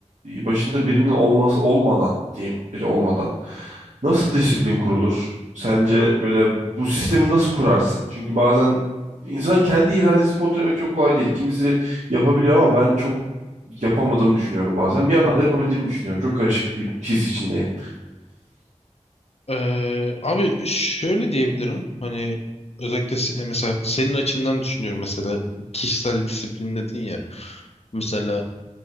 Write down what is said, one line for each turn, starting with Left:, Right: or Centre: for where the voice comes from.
Right: başında birinin olması olmadan diyeyim, biri olmadan nasıl disiplin kurulur? Sence böyle bu sistemi nasıl kurarsın? Çünkü bazen insan kendi iradesini kontrol etmek çok kolay değil. Kimisi yapabiliyor ama ben çok yapamadığımı düşünüyorum bazen. Bir yandan da yapabildiğimi düşünüyorum. Çok karışık bir his içindeyim.
Left: Ee, abi şöyle diyebilirim. Hani özellikle se- mesela senin açından düşünüyorum mesela kişisel disiplin dedin ya. Mesela